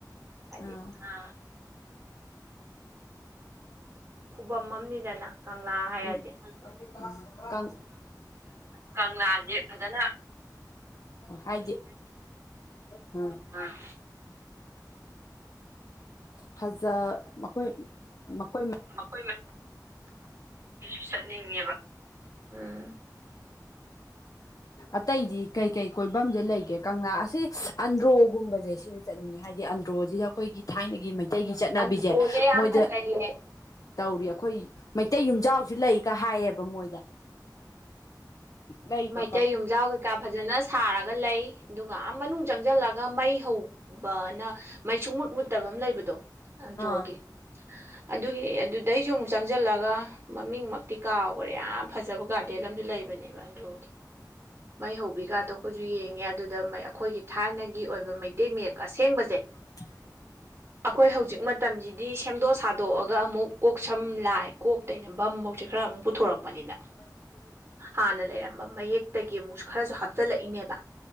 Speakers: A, on the right; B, on the left.
A: ꯍꯥꯏꯗꯤ
B: ꯑꯥ
A: ꯑ ꯈꯨꯕꯝ ꯑꯃꯅꯤꯗꯅ ꯀꯪꯂꯥ ꯍꯥꯏꯔꯗꯤ
B: ꯎꯝ ꯎꯝ
A: ꯀꯪꯂꯥꯁꯦ ꯐꯖꯅ
B: ꯍꯥꯏꯗꯤ ꯑ
A: ꯑꯥ
B: ꯐꯖ ꯃꯈꯣꯏ ꯃꯈꯣꯏ
A: ꯃꯈꯣꯏꯁꯨ ꯆꯠꯅꯤꯡꯉꯦꯕ ꯎꯝ
B: ꯑꯇꯩꯗꯤ ꯀꯩ ꯀꯩ ꯀꯣꯏꯐꯝꯗꯤ ꯂꯩꯒꯦ ꯀꯪꯂꯥ ꯑꯁꯤ ꯑꯟꯗ꯭ꯔꯣꯒꯨꯝꯕꯁꯦ ꯁꯤ ꯆꯠꯅꯤꯡꯉꯦ ꯍꯥꯏꯕꯗꯤ ꯑꯟꯗ꯭ꯔꯣꯁꯤꯗ ꯑꯩꯈꯣꯏꯒꯤ ꯊꯥꯏꯅꯒꯤ ꯃꯩꯇꯩꯒꯤ ꯆꯠꯅꯕꯤꯁꯦ
A: ꯑꯟꯗ꯭ꯔꯣꯁꯦ ꯌꯥꯝ
B: ꯃꯣꯏꯗ
A: ꯐꯖꯩꯌꯦ
B: ꯇꯧꯔꯤ ꯑꯩꯈꯣꯏ ꯃꯩꯇꯩ ꯌꯨꯝꯖꯥꯎꯁꯨ ꯂꯩꯒ ꯍꯥꯏꯌꯦꯕ ꯃꯣꯏꯗ ꯂꯩꯩꯕ
A: ꯏꯇꯩ ꯌꯨꯝꯖꯥꯎ ꯀꯩꯀꯥ ꯐꯖꯅ ꯁꯥꯔꯒ ꯂꯩ ꯑꯗꯨꯒ ꯃꯅꯨꯡꯗ ꯆꯪꯁꯤꯜꯂꯒ ꯃꯩ ꯍꯧꯕꯅ ꯃꯩ ꯁꯨꯡ ꯃꯨꯠ ꯃꯨꯠꯇꯕ ꯑꯃ ꯂꯩꯕꯗꯣ ꯆꯟꯗ꯭ꯔꯣꯒꯤ
B: ꯑꯥ
A: ꯑꯗꯨꯒꯤꯅꯤ ꯑꯗꯨꯗꯩꯁꯨ ꯑꯃꯨꯛ ꯆꯪꯁꯤꯜꯂꯒ ꯃꯃꯤꯡ ꯃꯛꯇꯤ ꯀꯥꯎ ꯌꯥꯝ ꯐꯖꯕ ꯒꯥꯔꯗꯦꯟ ꯑꯃꯁꯨ ꯂꯩꯕꯅꯦꯕ ꯑꯟꯗ꯭ꯔꯣꯒꯤ ꯃꯩꯍꯧꯕꯤꯒꯗꯣ ꯑꯩꯈꯣꯏꯁꯨ ꯌꯦꯡꯉꯦ ꯑꯗꯨꯗ ꯑꯩꯈꯣꯏꯒꯤ ꯊꯥꯏꯅꯒꯤ ꯑꯣꯏꯕ ꯃꯩꯇꯩ ꯃꯌꯦꯛ ꯑꯁꯦꯡꯕꯁꯦ
B: <unintelligible>
A: ꯑꯩꯈꯣꯏ ꯍꯧꯖꯤꯛ ꯃꯇꯝꯁꯤꯗꯤ ꯁꯦꯝꯗꯣꯛ ꯁꯥꯗꯣꯛꯑꯒ ꯑꯃꯨꯛ ꯀꯣꯛ ꯁꯝ ꯂꯥꯏ ꯀꯣꯛ ꯑꯩꯅ ꯕꯝꯐꯧꯁꯦ ꯈꯔ ꯑꯃꯨꯛ ꯄꯨꯊꯣꯔꯛꯄꯅꯤꯅ
B: <inaudible>
A: ꯍꯥꯟꯅ ꯂꯩꯔꯝꯕ ꯃꯌꯦꯛꯇꯒꯤ ꯑꯃꯨꯛꯁꯨ ꯈꯔꯁꯨ ꯍꯥꯞꯆꯤꯜꯂꯛꯏꯅꯦꯕ